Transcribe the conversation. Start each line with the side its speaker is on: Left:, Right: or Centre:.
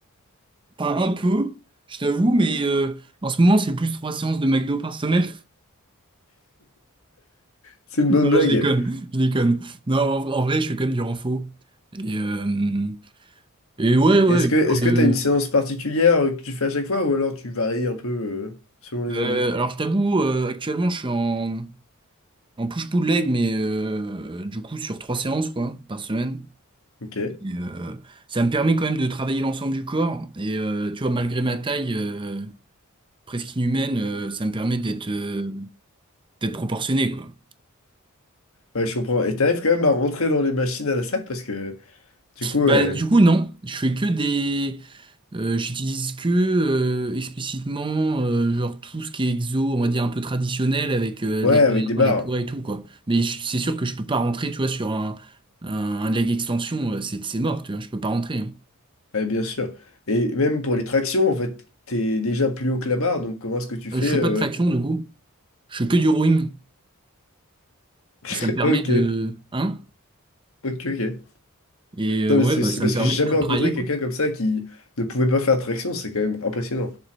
Right: enfin, un peu, je t'avoue, mais euh, en ce moment, c'est plus trois séances de McDo par semaine.
Left: C'est
Right: <laughs>
Left: une
Right: Non,
Left: bonne blague.
Right: je déconne, je déconne. Non, en, en vrai, je suis quand même du renfort. Et, euh, et ouais, ouais.
Left: Est-ce que,
Right: histoire
Left: est-ce
Right: De,
Left: que t'as une séance particulière euh, que tu fais à chaque fois, ou alors tu varies un peu euh, selon les
Right: euh,
Left: envies?
Right: alors, je t'avoue, euh, actuellement, je suis en, en push-pull leg, mais euh, du coup, sur trois séances quoi, par semaine.
Left: Ok.
Right: Et, euh, ça me permet quand même de travailler l'ensemble du corps. Et euh, tu vois, malgré ma taille euh, presque inhumaine, euh, ça me permet d'être euh, d'être proportionné, quoi.
Left: Ouais, je comprends. Et t'arrives quand même à rentrer dans les machines à la salle parce que, du coup,
Right: Bah,
Left: euh,
Right: du coup, non, je fais que des. Euh, j'utilise que euh, explicitement euh, genre tout ce qui est exo, on va dire un peu traditionnel avec euh,
Left: ouais,
Right: les
Left: avec
Right: barres,
Left: des barres.
Right: les poids et tout quoi. Mais je- c'est sûr que je peux pas rentrer, tu vois, sur un, un, un leg extension, euh, c'est c'est mort, tu vois, je peux pas rentrer. hein.
Left: Ouais, bien sûr. Et même pour les tractions, en fait, t'es déjà plus haut que la barre, donc comment est-ce que tu fais
Right: Euh, je fais
Left: euh,
Right: pas de traction du coup, je fais que du rowing.
Left: <laughs>
Right: Et ça me permet
Left: Ok,
Right: de hein?
Left: ok, ok.
Right: Et euh,
Left: Non,
Right: ouais,
Left: mais c'est
Right: bah
Left: c'est
Right: ça
Left: parce
Right: me permet
Left: que j'ai jamais
Right: de tout
Left: rencontré
Right: travailler
Left: quelqu'un
Right: quoi.
Left: comme ça qui ne pouvait pas faire traction, c'est quand même impressionnant.